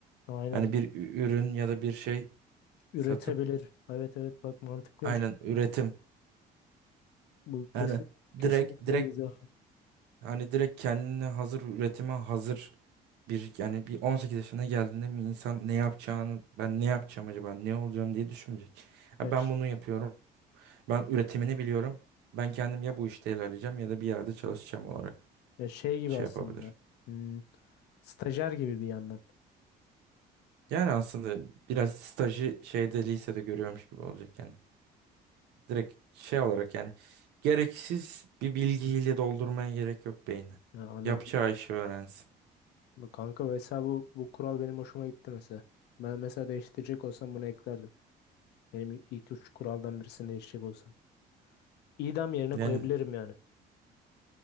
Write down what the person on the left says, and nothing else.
Aynen.
Üretebilir.
Evet evet bak mantıklıymış.
Bu
kesin
kesinlikle
güzel.
Kaç?
Ya şey gibi
aslında.
hmm, stajyer gibi bir yandan.
Ya anladım.
Bu Kanka mesela bu, bu kural benim hoşuma gitti mesela. Ben mesela değiştirecek olsam bunu eklerdim. Benim ilk üç kuraldan birisini değiştirecek olsam. İdam yerine
koyabilirim yani.